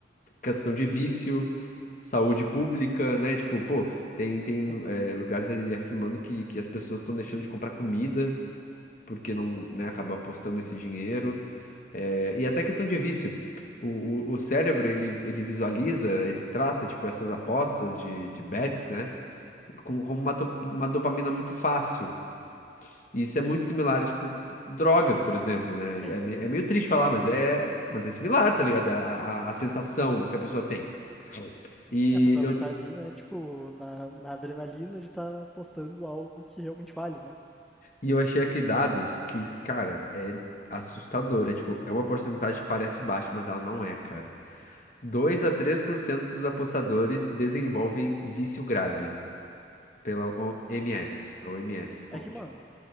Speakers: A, on the left; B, in the centre.
A: questão de vício, saúde pública, né? Tipo, pô, tem, tem
B: sim,
A: é, lugares ali afirmando que, que as pessoas estão deixando de comprar comida porque não, né, acaba apostando esse dinheiro. É, e até questão de vício. O, o, o cérebro, ele, ele visualiza, ele trata, tipo, essas apostas de, de bets, né? Como, como uma, do- uma dopamina muito fácil. E isso é muito similar, tipo, drogas, por exemplo, né?
B: sim.
A: É, me- é meio triste falar, mas é, mas é similar, tá ligado? É A, a, a sensação que a pessoa tem. E
B: É, A pessoa
A: eu,
B: vai estar ali, né, tipo, na, na adrenalina de estar apostando algo que realmente vale, né?
A: e eu achei aqui dados que, cara, é assustador. É tipo, é uma porcentagem que parece baixa, mas ela não é, cara. 2 a 3% dos apostadores desenvolvem vício grave pela OMS, a OMS, fonte.
B: É que, mano,